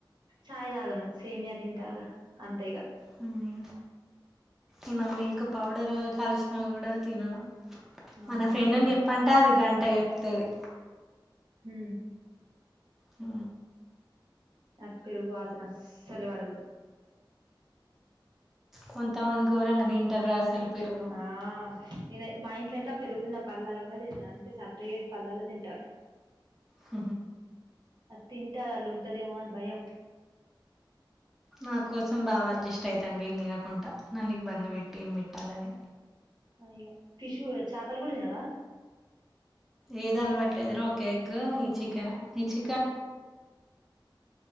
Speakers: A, on the right (about 60°); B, in the centre.
A: చాయ్ తాగను సేమియా తింట అంతే ఇగా
B: హ ఇన్న మిల్క్ పౌడర్ కలిసినవి కూడా తినను
A: మా
B: మన
A: మంచిదాన్ని
B: ఫ్రెండ్ని చెప్పంట అది గంట అట్ట ఎప్తుంది
A: హ
B: ఆ
A: ఆ పెరుగు వాసనసలవాడదు
B: కొంతమంది ర కది ఇంటర్ అసలు పెరుగు
A: ఆ నేను మా ఇంట్లో అయితే పెరుగు తన్న పల్లాలు కూడా తను అందుకే సపరేట్ పల్లాలు తింటా
B: హ
A: అది తింటారు అల్లుు ఉంటదేమో అని భయం
B: నా కోసం బాగా అడ్జస్ట్ అవుతుండి ఏ తినకుండా నన్ను ఇబ్బంది పెట్టి ఏం పెట్టాలని
A: ఇ ఫిష్ చాపాలు కూడా దినవా
B: ఏది అలవట్లేదురో ఒక ఎగ్ ఈ చికెన్ ఈ చికెన్